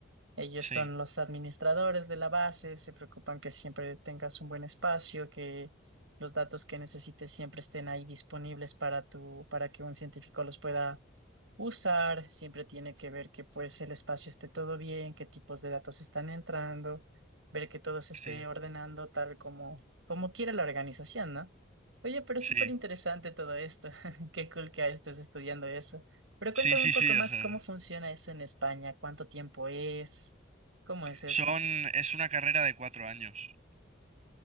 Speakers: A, on the right; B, on the right.
A: Ellos
B: Sí,
A: son los administradores de la base, se preocupan que siempre tengas un buen espacio, que los datos que necesites siempre estén ahí disponibles para tu, para que un científico los pueda usar, siempre tiene que ver que pues el espacio esté todo bien, qué tipos de datos están entrando, ver que todo se esté
B: sí,
A: ordenando tal como, como quiera la organización, ¿no? Oye, pero es
B: sí,
A: súper interesante todo esto. <laughs> Qué cool que estés estudiando eso. Pero cuéntame
B: sí, sí,
A: un poco
B: sí,
A: más
B: o sea.
A: cómo funciona eso en España, cuánto tiempo es, cómo es eso
B: Son, es una carrera de cuatro años.